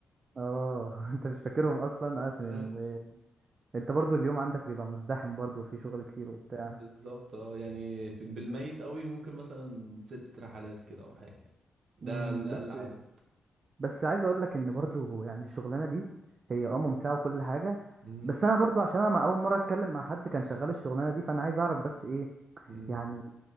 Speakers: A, on the right (about 45°); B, on the right (about 60°).
A: اه <laughs> أنت مش فاكرهم أصلا
B: <laughs>
A: آه، عشان
B: لا
A: ال... أنت برضو اليوم عندك بيبقى مزدحم برضو وفي شغل كتير وبتاع
B: بالظبط اه يعني في- بالميت قوي ممكن مثلا ست رحلات كده او حاجه ده
A: امم
B: الاقل
A: بس
B: عدد
A: بس عايز أقول لك إن برضو يعني الشغلانة دي هي اه ممتعة وكل حاجة
B: مم.
A: بس أنا برضو عشان أنا ما أول مرة أتكلم مع حد كان شغال الشغلانة دي فأنا عايز أعرف بس إيه
B: مم.
A: يعني